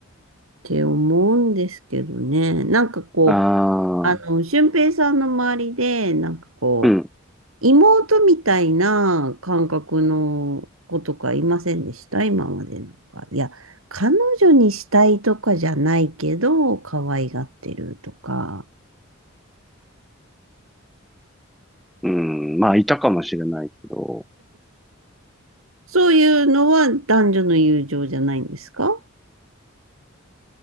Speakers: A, on the right; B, in the centre.
A: て思うんですけどね。なんかこう、
B: ああ、
A: あの、俊平さんの周りで、なんかこう、
B: うん、
A: 妹みたいな感覚の子とかいませんでした今までなんか。いや、彼女にしたいとかじゃないけど、可愛がってるとか。
B: うん、まあいたかもしれないけど。
A: そういうのは男女の友情じゃないんですか